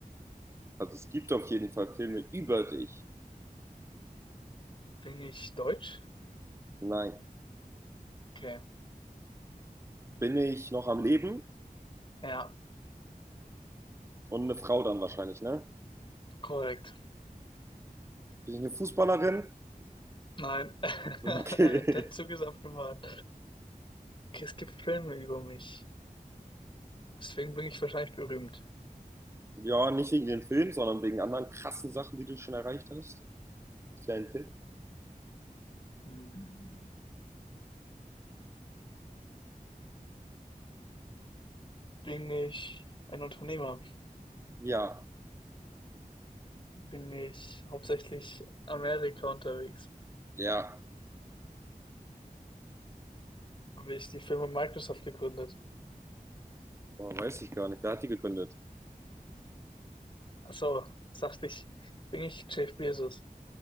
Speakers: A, on the right; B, on the left.
A: Also es gibt auf jeden Fall Filme über dich.
B: Bin ich deutsch?
A: Nein.
B: Okay.
A: Bin ich noch am Leben?
B: Ja,
A: Und eine Frau dann wahrscheinlich, ne?
B: korrekt.
A: Bin ich eine Fußballerin?
B: Nein, <laughs>
A: Okay.
B: der
A: <laughs>
B: Zug ist abgefahren. Okay, es gibt Filme über mich. Deswegen bin ich wahrscheinlich berühmt.
A: Ja, nicht wegen den Filmen, sondern wegen anderen krassen Sachen, die du schon erreicht hast. Kleinen Tipp.
B: Hm, Bin ich ein Unternehmer?
A: Ja,
B: Bin ich hauptsächlich Amerika unterwegs?
A: ja.
B: Habe ich die Firma Microsoft gegründet?
A: Oh, weiß ich gar nicht. Wer hat die gegründet?
B: Ach so, sagte ich, bin ich Jeff Bezos?